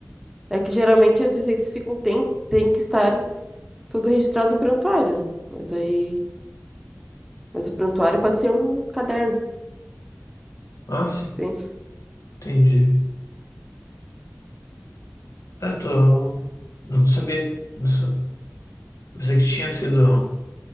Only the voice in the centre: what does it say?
É que geralmente as receitas ficam, tem, tem que estar tudo registrado em prontuário, né? Mas aí, mas o prontuário pode ser um caderno,
entende?